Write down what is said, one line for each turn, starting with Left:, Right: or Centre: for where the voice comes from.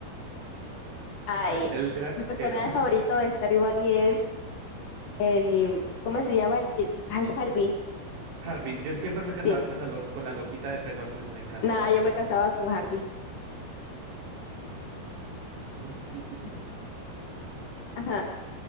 Left: Ay,
Right: el
Left: no.
Right: granjero.
Left: Mi personaje favorito de Stardew Valley es el. ¿Cómo se llama? El que. Ay, Harvey.
Right: <laughs> Harvey, yo siempre me
Left: Sí.
Right: casaba con la, lo- con la loquita de pelo azul, me encantaba,
Left: Nada,
Right: me
Left: yo
Right: encanta.
Left: me casaba con Harvey.
Right: <laughs>
Left: Ajá,